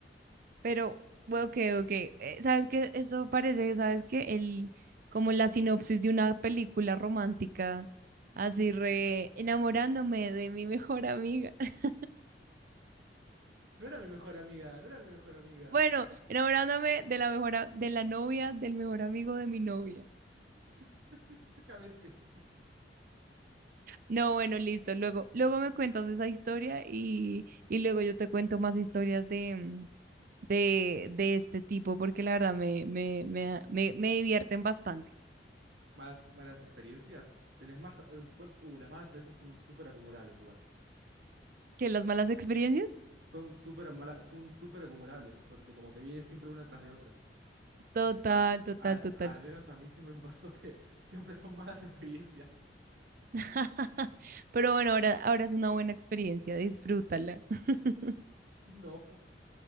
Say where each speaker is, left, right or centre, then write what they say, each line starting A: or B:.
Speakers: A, on the right (about 55°); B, on the right (about 85°).
A: Pero, bueno, ok, ok. Eh, ¿Sabes qué? Eso parece, ¿sabes qué? El, como la sinopsis de una película romántica. Así re enamorándome de mi mejor amiga. <laughs>
B: no era mi mejor amiga, no era mi mejor amiga.
A: Bueno, enamorándome de la mejor, a- de la novia del mejor amigo de mi novia.
B: <laughs> Básicamente, sí.
A: No, bueno, listo. Luego, luego me cuentas esa historia y, y luego yo te cuento más historias de, mm, de, de este tipo, porque la verdad me, me, me, da- me, me divierten bastante.
B: Malas, malas experiencias. Tenés más... eh, cuánt- Uh, las malas experiencias son súper acumulables igual.
A: ¿Qué, las malas experiencias?
B: Son súper amala- son súper acumulables, corte, como que viene siempre una tras de otra.
A: Total,
B: A-
A: total,
B: a-
A: total.
B: al menos a mí siempre <laughs> me pasó que siempre son malas experiencias. <laughs>
A: <laughs> Pero bueno, ahora, ahora es una buena experiencia, disfrútala. <laughs>
B: No,